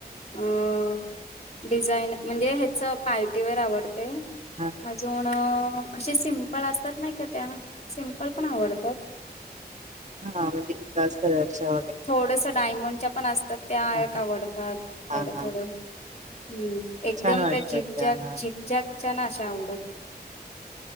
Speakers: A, on the left; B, on the right.
A: अ डिझाईन म्हणजे ह्याच पार्टीवेअर आवडते
B: हां
A: अजून अे सिंपल असतात नाही का त्या सिंपल पण आवडतात
B: हा म्हणजे एकाच कराच्या
A: थोडंस डायमंडच्या पण असतात त्या
B: हा
A: एक
B: हा
A: आवडतात
B: हा
A: थोड्या
B: हा
A: थोड्या ह् एकदम
B: छान वाटतात
A: त्या झिझाग
B: हा
A: झिितझागच्या ना अशा अवंगत